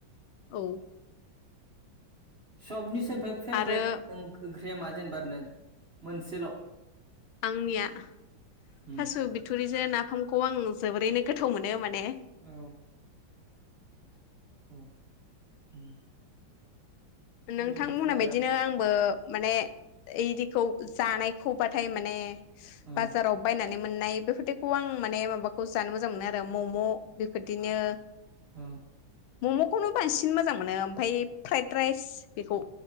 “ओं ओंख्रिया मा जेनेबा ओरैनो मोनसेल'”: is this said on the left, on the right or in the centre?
Right